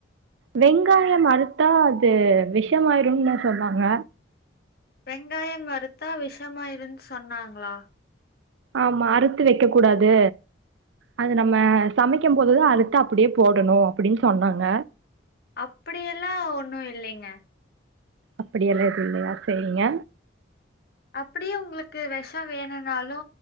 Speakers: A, on the right; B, on the left.
A: வெங்காயம் அறுத்தா அது விஷமாயிருன்னு சொன்னாங்க
B: வெங்காயம் அறுத்தா விஷமாயிருன் சொன்னாங்ளா
A: ஆமா அறுத்து வெக்க கூடாது அது நம்ம சமைக்கம் போதுதா அறுத்து அப்டியே போடணு அப்படின் சொன்னாங்க
B: அப்பிடியெல்லா ஒன்னு இல்லைங்க
A: அப்பிடி எல்லா எது இல்லையா சேரிங்க
B: அப்பிடியே உங்களுக்கு வெஷொ வேணுன்னாலு